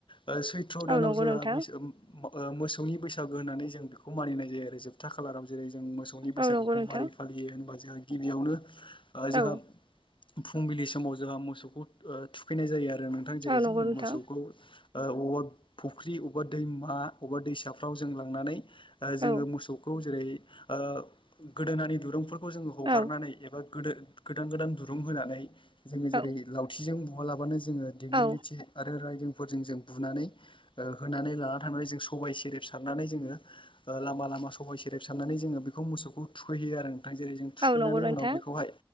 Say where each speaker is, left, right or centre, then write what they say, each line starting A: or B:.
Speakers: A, on the left; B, on the right.
A: ओ सैथ्र दानाव
B: औ नंगौ
A: जोंहा
B: नोंथां
A: बैसो ओ मोसौनि बैसागो होननानै जों बेखौ मानिनाय जायो आरो जोबथा खालाराव जेरै जों मोसौनि बैसागुखौ
B: औ नंगौ नोंथां
A: माबोरै फालियो होनबा जों गिबियावनो ओ जोंहा
B: औ
A: फुंबिलि समाव जोंहा मोसौखौ ओ थुखैनाय जायो आरो नोंथां जेरै
B: औ नंगौ
A: जों
B: नोंथां
A: मोसौखौ ओ अबावबा फुख्रि अबेबा दैमा अबेबा दैसाफ्राव जों लांनानै ओ
B: औ
A: जोङो मोसौखौ जेरै ओ गोदोनानि दुरुंफोर खौ जों हागारनानैबा
B: औ
A: गोदान गोदान दुरुं होनानै जोङो जेरै
B: औ
A: लावउथिजों बुवा लाबानो जोङो दिग्लिथि
B: औ
A: आरो रायदों फोरजों जों बुनानै ओ होनानै लाना थांनानै जों सबाइ सेरेब सारनानै जोङो ओ लामा ला मा सबाय सेरेब सारनानै जोङो बेखौ मोसौखौ थुखैहयो आरो। थां जेरै जों थुखैनानै
B: औ नंगौ नोंथां
A: उनाव बेखौहाय